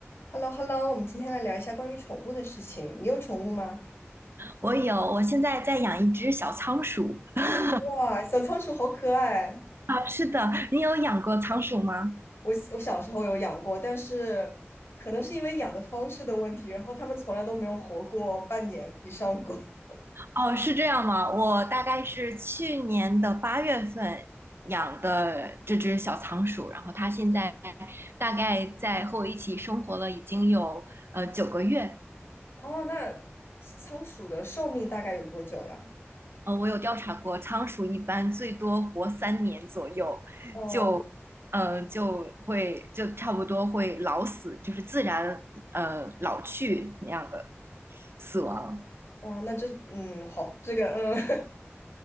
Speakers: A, on the left (about 60°); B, on the right (about 55°).
A: h e l l o h e l l o 我们今天来聊一下关于宠物的事情。你有宠物吗？
B: 我有，我现在在养一只小仓鼠。<laughs>
A: 哇，小仓鼠好可爱！
B: 啊，是的，你有养过仓鼠吗？
A: 我我小时候有养过，但是可能是因为养的方式的问题，然后它们从来都没有活过半年以上过。<laughs>
B: 哦，是这样吗？我大概是去年的八月份养的这只小仓鼠，然后它现在大概在和我一起生活了已经有呃九个月。
A: 哦，那仓鼠的寿命大概有多久呀？
B: 呃，我有调查过，仓鼠一般最多活三年左右，
A: 哦，
B: 就呃就会就差不多会老死，就是自然呃老去那样的死亡。
A: 哦，那这嗯，好，这个嗯，